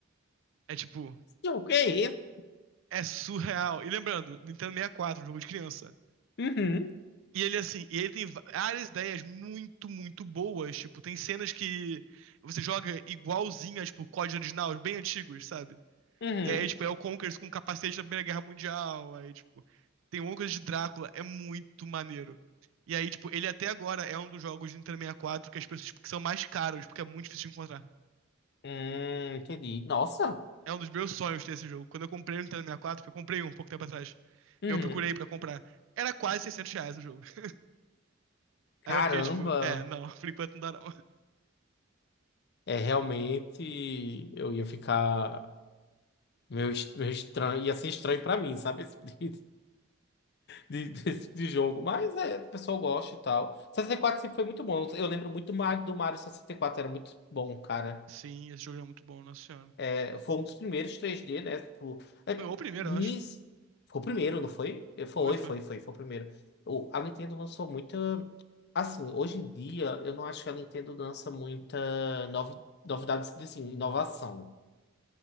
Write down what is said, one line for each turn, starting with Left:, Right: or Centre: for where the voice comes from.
Right: É, tipo,
Left: <laughs> O que é isso?
Right: é surreal. E lembrando, Nintendo 64, jogo de criança.
Left: Uhum,
Right: E ele assim, e ele tem várias ideias muito, muito boas. Tipo, tem cenas que você joga igualzinho a, tipo, código original, bem antigos, sabe?
Left: uhum.
Right: E aí, tipo, é o Conkers com capacete da Primeira Guerra Mundial. Aí, tipo, tem uma coisa de Drácula, é muito maneiro. E aí, tipo, ele até agora é um dos jogos de Nintendo 64 que as pessoas, tipo, que são mais caros, porque é muito difícil de encontrar.
Left: Hum, entendi. Nossa.
Right: É um dos meus sonhos ter esse jogo. Quando eu comprei o Nintendo 64, eu comprei um pouco tempo atrás.
Left: Uhum.
Right: Eu procurei pra comprar. Era quase 600 reais o jogo. <laughs>
Left: Caramba.
Right: Aí eu fiquei tipo, é, não, <laughs> por enquanto não dá não.
Left: É realmente. Eu ia ficar. Meio, est- meio estranho. Ia ser estranho pra mim, sabe? Esse tipo de, de, desse tipo de jogo. Mas é, o pessoal gosta e tal. 64 sempre foi muito bom. Eu lembro muito do Mario do Mario 64. Era muito bom, cara.
Right: Sim, esse jogo é muito bom, Nossa Senhora.
Left: É, Foi um dos primeiros 3D, né? Tipo, é,
Right: Foi o primeiro,
Left: Nis...
Right: eu acho.
Left: Foi o primeiro, não foi? É, Foi,
Right: Foi, foi.
Left: foi, foi, foi o primeiro. O, a Nintendo lançou muita. Assim, hoje em dia, eu não acho que a Nintendo lança muita novi... novidades assim, inovação,